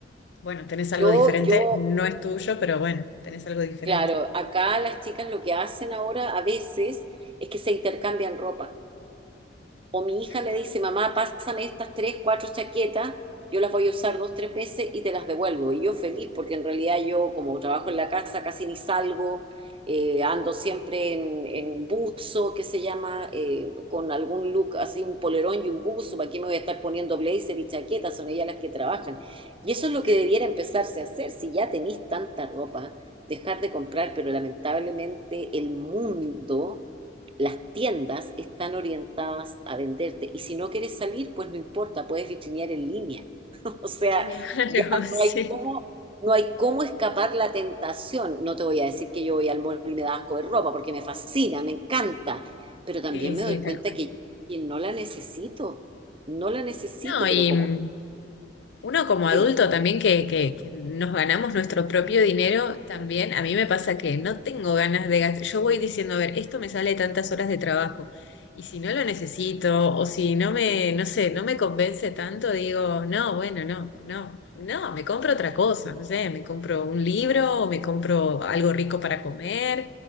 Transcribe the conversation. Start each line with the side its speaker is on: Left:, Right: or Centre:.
Left: bueno, tenés
Right: Yo,
Left: algo diferente,
Right: yo,
Left: no es tuyo, pero bueno, tenés algo diferente.
Right: claro, acá las chicas lo que hacen ahora a veces es que se intercambian ropa. o mi hija
Left: Ujú,
Right: me dice, mamá, pásame estas tres, cuatro chaquetas, yo las voy a usar dos, tres veces y te las devuelvo. Y yo feliz, porque en realidad yo como trabajo en la casa casi ni salgo, eh, ando siempre en, en buzo, que se llama, eh, con algún look así, un polerón y un buzo, ¿para qué me voy a estar poniendo blazer y chaquetas. Son ellas las que trabajan. Y eso es lo
Left: Claro,
Right: que debiera empezarse a hacer, si ya tenéis tanta ropa, dejar de comprar, pero lamentablemente el mundo las tiendas están orientadas a venderte. Y si no quieres salir, pues no importa, puedes vitrinear en línea. <laughs> O sea,
Left: Claro,
Right: ya
Left: <laughs>
Right: no hay
Left: sí.
Right: cómo, no hay cómo escapar la tentación. No te voy a decir que yo voy al mall y me da asco de ropa, porque me fascina, me encanta. Pero también
Left: Sí,
Right: me
Left: sí,
Right: doy
Left: tal
Right: cuenta
Left: cual.
Right: que, que no la necesito. No la necesito,
Left: No,
Right: pero
Left: y,
Right: como,
Left: mm, Uno como
Right: dime,
Left: adulto también que, que- que nos ganamos nuestro propio dinero, también a mí me pasa que no tengo ganas de gastar. Yo voy diciendo, a ver, esto me sale tantas horas de trabajo y si no lo necesito o si no me, no sé, no me convence tanto, digo, no, bueno, no, no, no, me compro otra cosa, no sé, me compro un libro o me compro algo rico para comer.